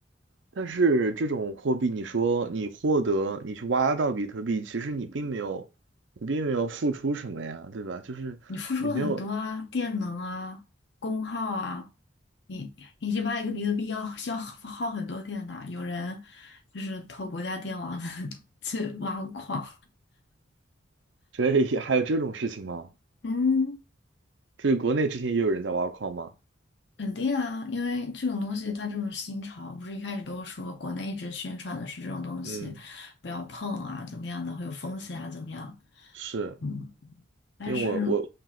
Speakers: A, on the right; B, on the left.
A: 但是这种货币，你说你获得，你去挖到比特币，其实你并没有，你并没有付出什么呀，对吧？就是你没有，
B: 你付出了很多啊，电能啊，功耗啊，你你去挖一个比特币要需 <laughs> 要耗很多电的，有人就是偷国家电网 <laughs> 去挖矿，
A: 这也还有这种事情吗？
B: 嗯，
A: 这国内之前也有人在挖矿吗？
B: <laughs> 肯定啊，因为这种东西它这种新潮，不是一开始都说国内一直宣传的是这种东西不要碰啊，
A: 嗯。
B: 怎么样的会有风险啊，怎么样，
A: 是
B: 嗯，但是
A: 因为我我